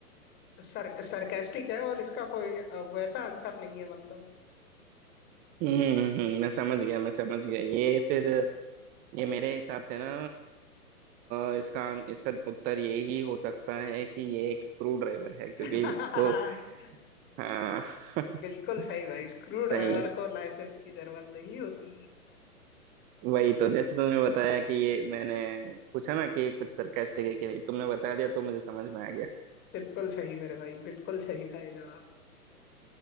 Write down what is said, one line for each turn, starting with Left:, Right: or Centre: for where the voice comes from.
Left: सर सरकास्टिक है और इसका कोई अ, वैसा आंसर नहीं है मतलब
Right: हम्म हम्म, हम्म, मैं समझ गया मैं समझ गया ये फिर ये मेरे हिसाब से ना अ, इसका इसका उत्तर ये ही हो सकता है कि ये एक स्क्रू ड्राइवर है क्योंकि
Left: <laughs>
Right: उसको हाँ <laughs>
Left: बिल्कुल सही भाई स्क्रू ड्राइवर
Right: सही
Left: को लाइसेंस की जरूरत नहीं होती
Right: वही तो जैसे तुमने बताया कि ये मैंने पूछा ना कि कुछ सरकास्टिक है कि नहीं तुमने बता
Left: हाँ
Right: दिया तो मुझे समझ में आ गया
Left: बिल्कुल सही मेरे भाई बिल्कुल सही था ये जवाब